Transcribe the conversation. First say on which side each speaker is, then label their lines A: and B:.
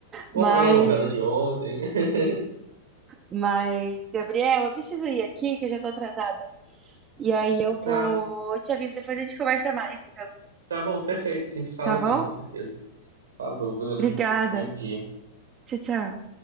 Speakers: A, on the right; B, on the right.
A: Vamos
B: Mas
A: falar da novela de ontem. <laughs>
B: Mas, Gabriel, eu preciso ir aqui, que eu já tô atrasada. E aí eu vou.
A: Tá,
B: Eu te aviso, depois a gente conversa mais, então.
A: tá bom, perfeito. A gente se fala
B: Tá
A: assim,
B: bom?
A: com certeza. Falou, Bruno.
B: Obrigada.
A: Bom dia.
B: Tchau, tchau.